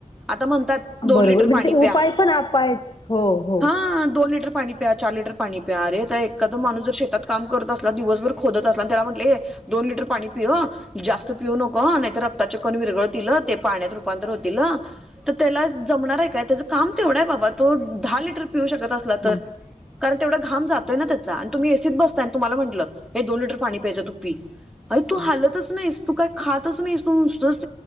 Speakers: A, in the centre; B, on the left.
A: आता म्हणतात दोन
B: बरोबर
A: लिटर
B: म्हणजे
A: पाणी
B: ते
A: प्या
B: उपाय पण आपायच हो हो.
A: हा दोन लिटर पाणी प्या चार लिटर पाणी प्या अरे तर एखादा माणूस जर शेतात काम करत असला दिवसभर खोदत असला आणि त्याला म्हटले दोन लिटर पाणी पि जास्त पिऊू नको नाही रक्ता विरगळ ते पाण्यात रूपांतर होतील तर त्याला जमणार आहे का त्याच काम तेवंढ आहे बाबा तो दहा लिटर पिऊ शकत असला
B: हम्म
A: तर? कारण तेवढा घाम जातोय ना त्याचा आणि तुम्ही एसीत बसताय आणि तुम्हाला म्हटलं हे दोन लिटर पाणी प्यायच तू पी अ तू
B: हम्म.
A: हालतच नाहीस तू काय खातच नाहीस तू नुसंत